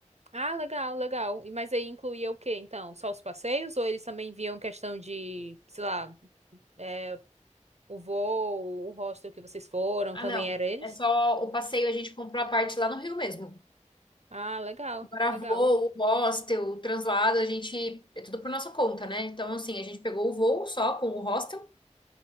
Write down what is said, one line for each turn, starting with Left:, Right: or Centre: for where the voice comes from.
Right: Ah, legal, legal. E Mas aí incluía o quê, então? Só os passeios ou eles também viam questão de, sei lá, É, o voo, o hostel que vocês foram,
Left: Ah,
Right: também
Left: não,
Right: era eles?
Left: é só o passeio, a gente comprou a parte lá no Rio mesmo.
Right: Ah, legal,
Left: Agora
Right: legal.
Left: voo, hostel, o translado, a gente, é tudo por nossa conta, né? Então, assim, a gente pegou o voo só com o hostel,